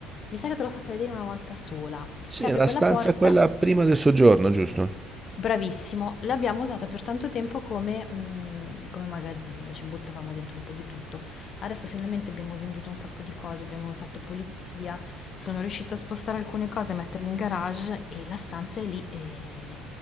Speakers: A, on the left (about 40°); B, on the right (about 15°).
A: Mi sa che te l'ho fatta vedere una volta sola.
B: Sì,
A: Se apri
B: la
A: quella
B: stanza
A: porta,
B: è quella prima del soggiorno, giusto?
A: bravissimo, l'abbiamo usata per tanto tempo come, mm, come magazzino, ci buttavamo dentro un po' di tutto. Adesso finalmente abbiamo venduto un sacco di cose, abbiamo fatto pulizia, sono riuscita a spostare alcune cose, a metterle in garage e la stanza è lì e,